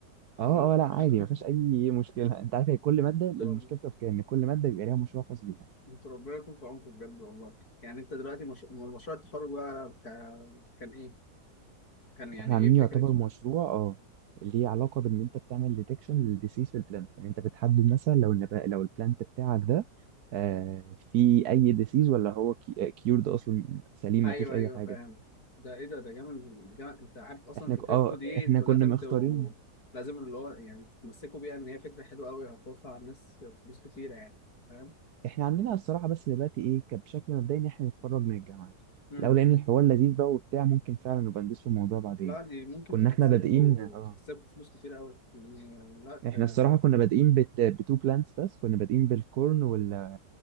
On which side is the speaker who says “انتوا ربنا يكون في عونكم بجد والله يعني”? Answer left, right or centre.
Left